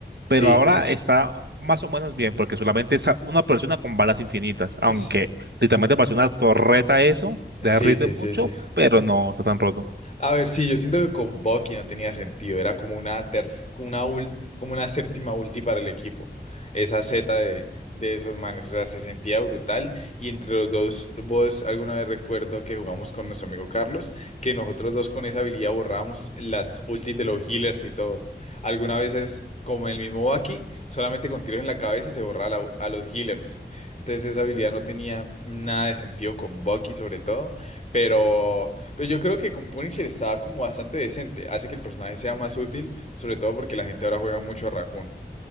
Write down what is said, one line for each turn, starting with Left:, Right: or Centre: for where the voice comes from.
Left: Sí,
Right: Pero ahora
Left: sí, sí.
Right: está más o menos bien, porque solamente es una persona con balas infinitas. Aunque
Left: Es-
Right: literalmente parece una torreta eso,
Left: sí,
Right: derrite
Left: sí,
Right: mucho,
Left: sí, sí.
Right: pero no está tan roto.
Left: A ver, sí, yo siento que con Bucky no tenía sentido, era como una terc- como una ul- como una séptima ulti para el equipo, esa Z de, de esos manes, o sea, se sentía brutal y entre los dos, vos alguna vez recuerdo que jugamos con nuestro amigo Carlos, que nosotros dos con esa habilidad borrábamos las ultis de los healers y todo. Algunas veces, como el mismo Bucky, solamente con tiros en la cabeza se borraba la- a los healers, entonces esa habilidad no tenía nada de sentido con Bucky sobre todo, pero... Pero yo creo que con Punisher estaba como bastante decente. Hace que el personaje sea más útil, sobre todo porque la gente ahora juega mucho a Raccoon.